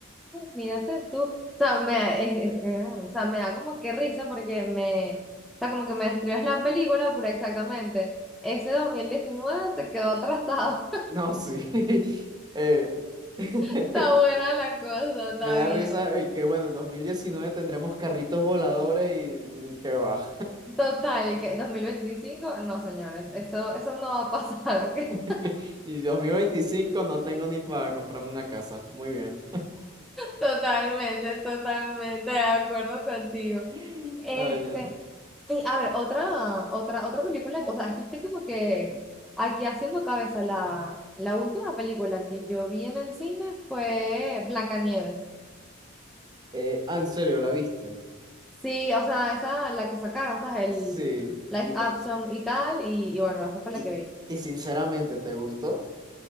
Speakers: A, in the centre; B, on the right.
A: Mírate tú. O sea, me, da- es-
B: Sí.
A: es- es- o sea, me da como que risa porque me, o sea, como que me describes la película, pero exactamente, ese 2019 se quedó atrasado.
B: No, sí. <laughs> Eh, <laughs>
A: Está buena la cosa, está
B: me da
A: bien.
B: risa y que bueno, en 2019 tendremos carritos voladores y mm, que va.
A: Total, ¿y que veinticinco no señores, eso, eso no va a pasar, ¿ok?
B: <laughs>
A: <laughs>
B: Y 2025 no tengo ni para comprarme una casa. Muy bien.
A: Totalmente, totalmente de acuerdo contigo.
B: <laughs>
A: Este,
B: Ay, ay.
A: y a ver, otra, otra, otra película, o sea, es que estoy como que aquí haciendo cabeza, la, la última película que yo vi en el cine fue Blancanieves.
B: Eh, ah, ¿en serio la viste?
A: Sí, o sea, esa, la que sacaron, esa es
B: Sí.
A: el live
B: Y,
A: action y tal, y, y bueno, esa fue
B: y,
A: la que vi.
B: y sinceramente, ¿te gustó?